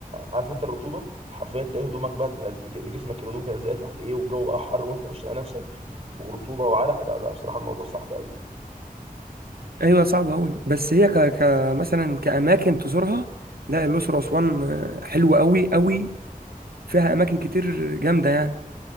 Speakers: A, on the right; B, on the right.
A: عارف انت الرطوبه حرفيا تلاقي هدومك بقت من... أز... ج- جسمك الهدوم كانت زقت عليه والجو بقى حر وانت مش لاقي نفسك ورطوبه وعرق لا لا بصراحه الموضوع صعب قوي
B: ايوه صعب قوي بس هي ك... ك مثلا كاماكن تزورها لا الاقصر واسوان آه، حلوه قوي قوي فيها اماكن كتير جامده يعني